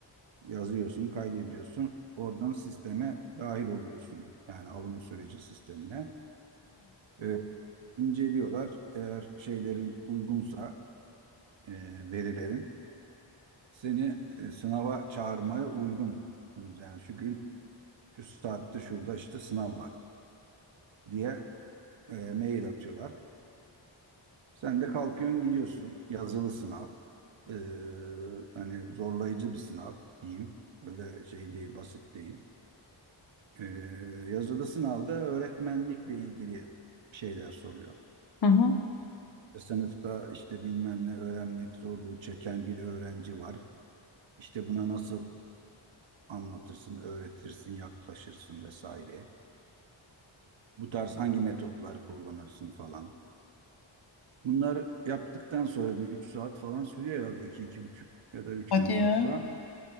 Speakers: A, on the right (about 75°); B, on the left (about 55°).
A: Yazıyorsun, kaydediyorsun. Oradan sisteme dahil oluyorsun. Yani alım süreci sistemine. E, inceliyorlar. Eğer şeylerin uygunsa e, verilerin seni e, sınava çağırmaya uygun. Yani şu gün şu saatte şurada işte sınav var diye E, mail atıyorlar. Sen de kalkıyorsun gidiyorsun. Yazılı sınav. E, hani zorlayıcı bir sınav diyeyim. Öyle şey değil, basit değil. E, yazılı sınavda öğretmenlikle ilgili şeyler soruyor.
B: Hı hı.
A: İşte Sınıfta işte bilmem ne öğrenmek zorluğu çeken bir öğrenci var. İşte buna nasıl anlatırsın, öğretirsin, yaklaşırsın vesaire. Bu tarz hangi metotları kullanırsın falan. Bunlar yaptıktan sonra bir 3 saat falan sürüyor herhalde. iki iki buçuk ya da üç
B: Hadi
A: en fazla.
B: ya.